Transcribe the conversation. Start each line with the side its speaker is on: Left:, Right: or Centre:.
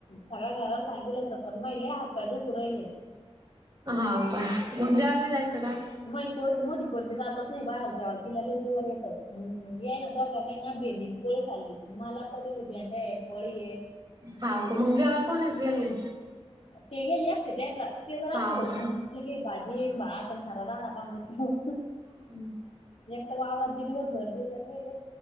Left: सगळ्या घराला सांगितलं होतं पण महे लय हातपाय दुखू रहिले.
Right: हो का मग जेवायला नाही जायचं का.
Left: मही मोठी पोरगी जातच नाही बाहेर जेवायला तिला लय जिवार येत. यांनी दोघांना हेना भेंडी पोळी खाल्ली मला पडेलेली आहे भेंड्या आहे पोळी आहे.
Right: हो का मग जेवायला कोणीच गेल नाही.
Left: ते गेले एकटे त्यांनला ते तर
Right: हाव
Left: असते घरी
Right: का.
Left: तर मग लगे भाजी आणि भात सारा गहाटा पांगतो.
Right: ह.
Left: एक तर वावरात बी दिवसभर जीव दमेल आहे.